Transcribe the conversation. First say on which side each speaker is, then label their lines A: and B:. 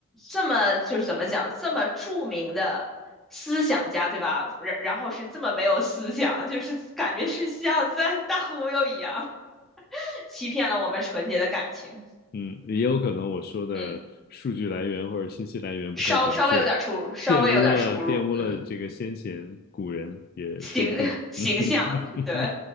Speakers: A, in the centre; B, on the left (about 45°).
A: 这么就是怎么讲，这么著名的思想家，对吧？然然后是这么没有思想，就是感觉是像在大忽悠一样，<laughs> 欺骗了我们纯洁的感情。
B: 嗯，也有可能我说的数据来源或者信息来源不太准确，
A: 嗯，稍稍微有点出入，稍微有点出入。
B: 玷污了玷污了这个先贤古人也说不定，
A: 嗯，形 <laughs> 形象，
B: <laughs> 嗯哼，
A: 对，